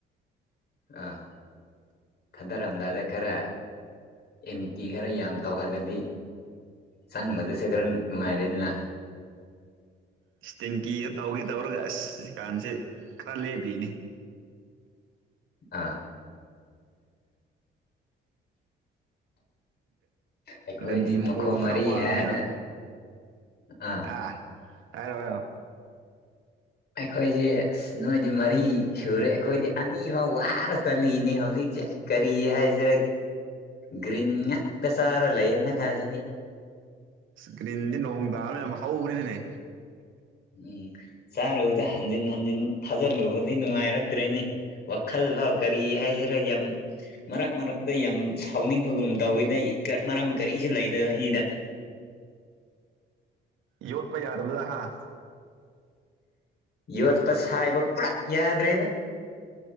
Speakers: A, on the left; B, on the right.
A: ꯑꯥ ꯊꯥꯗꯔꯝꯗꯥꯏꯗ ꯈꯔꯥ ꯑꯦꯝꯇꯤ ꯈꯔ ꯌꯥꯝ ꯇꯧꯍꯜꯂꯗꯤ ꯆꯪꯕꯗꯁꯨ ꯈꯔ ꯅꯨꯡꯉꯥꯏꯔꯦꯗꯅ
B: ꯏꯁ ꯇꯦꯡꯀꯤꯒ ꯇꯧꯒꯦ ꯇꯧꯔꯒ ꯑꯁ ꯖꯤꯀꯥꯟꯁꯦ ꯈꯔ ꯂꯦꯞꯄꯤ
A: ꯑꯥ ꯑꯩꯈꯣꯏꯗꯤ
B: ꯗꯟꯗꯤ ꯃꯀꯣꯛꯇꯣ
A: ꯃꯈꯣꯡ
B: ꯈꯔ
A: ꯃꯔꯤ
B: ꯋꯥꯕꯅꯤꯅ
A: ꯍꯥꯏꯅ ꯑꯥ
B: ꯑꯥ ꯍꯥꯏꯔꯣ ꯍꯥꯏꯔꯣ
A: ꯑꯩꯈꯣꯏꯖꯦ ꯑꯁ ꯅꯣꯏꯗꯤ ꯃꯔꯤ ꯁꯨꯔꯦ ꯑꯩꯈꯣꯏꯗꯤ ꯑꯅꯤ ꯐꯥꯎ ꯋꯥꯔ ꯆꯠꯂꯤꯅꯤ ꯍꯧꯖꯤꯛ ꯀꯔꯤ ꯍꯥꯏꯁꯤꯔꯦ ꯒ꯭ꯔꯤꯟ ꯉꯥꯛꯛꯇ ꯆꯥꯔꯥ ꯂꯩꯌꯦꯅ ꯍꯟꯗꯛ ꯊꯥꯁꯤꯗꯤ
B: ꯒꯔꯤꯟꯗꯤ ꯅꯣꯡꯇꯥꯕ ꯌꯥꯝ ꯍꯧꯕꯥꯅꯤꯅꯦ
A: ꯎꯝ ꯆꯥꯔꯨꯕꯗ ꯍꯟꯖꯤꯟ ꯍꯟꯖꯤꯟ ꯊꯥꯖꯤꯜꯂꯨꯕꯗꯤ ꯅꯨꯡꯉꯥꯏꯔꯛꯇ꯭ꯔꯦꯅꯦ ꯋꯥꯈꯜ ꯐꯥꯎ ꯀꯔꯤ ꯍꯥꯏꯁꯤꯔꯥ ꯌꯥꯝ ꯃꯔꯛ ꯃꯔꯛꯇꯥ ꯌꯥꯝ ꯁꯥꯎꯅꯤꯡꯕꯒꯨꯝ ꯇꯧꯋꯤꯗ ꯃꯔꯝ ꯀꯔꯤꯁꯨ ꯂꯩꯇꯥꯕꯤꯗꯥ
B: ꯌꯣꯠꯄ ꯌꯥꯗꯥꯕꯗꯨꯗꯥ ꯍꯥꯥ
A: ꯌꯣꯠꯄ ꯁꯥꯏꯕ ꯄꯨꯂꯞ ꯌꯥꯗ꯭ꯔꯦꯅꯦ